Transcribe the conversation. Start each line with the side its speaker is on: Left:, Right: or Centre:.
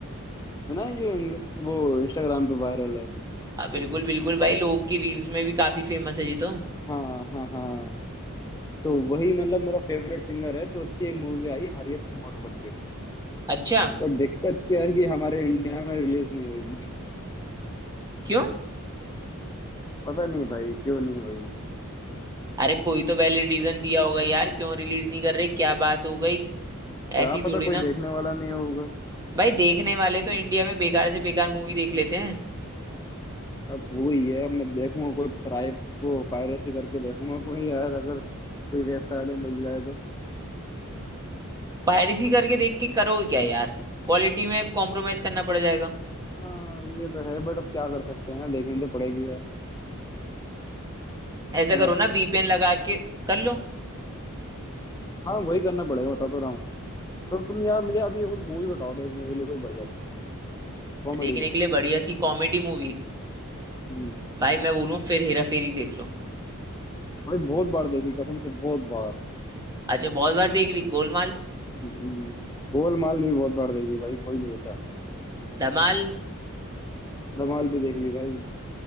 Left: सुना है जो इंग्लि- वो इंस्टाग्राम पे वायरल है
Right: अ, बिल्कुल बिल्कुल भाई लोगों की रील्स में भी काफी फेमस है ये तो
Left: हाँ हाँ हाँ तो वही मतलब मेरा फेवरेट सिंगर है तो उसकी एक मूवी आई हरी अप टुमारो करके
Right: अच्छा
Left: पर दिक्कत क्या है कि हमारे इंडिया में रिलीज नहीं हुई <laughs>
Right: क्यों
Left: पता नहीं भाई क्यों नहीं हुई
Right: अरे कोई तो वैलिड रीजन दिया होगा यार क्यों रिलीज नहीं कर रहे क्या बात हो गई
Left: क्या
Right: ऐसी
Left: पता
Right: थोड़ी
Left: कोई
Right: ना
Left: देखने वाला नहीं होगा
Right: भाई देखने वाले तो इंडिया में बेकार से बेकार मूवी देख लेते हैं
Left: अब वही है अब मैं देखूंगा कोई प्राइ वो पायरेसी करके देखूंगा कोई यार अगर कोई वेबसाइट में मिल जाए तो
Right: पायरेसी करके देख के करो क्या यार क्वालिटी में कॉम्प्रोमाइज करना पड़ जाएगा
Left: हाँ ये तो है बट अब क्या कर सकते हैं देखने तो पड़ेगी यार
Right: ऐसा
Left: है
Right: करो
Left: ना
Right: ना वीपीएन लगा के कर लो
Left: हाँ वही करना पड़ेगा बता तो रहा हूँ तो तुम यार मुझे अभी कोई मूवी बताओ देखने के लिए कोई बढ़िया सी कॉमेडी
Right: देखने
Left: में
Right: के लिए बढ़िया सी कॉमेडी मूवी
Left: हम्म
Right: भाई मैं बोलूँ फिर हेरा फेरी देख लो
Left: भाई बहुत बार देखी कसम से बहुत बार
Right: अच्छा बहुत बार देख ली गोलमाल
Left: हम्म, गोलमाल भी बहुत बार देखी भाई कोई नहीं बचा
Right: धमाल
Left: धमाल भी देख ली भाई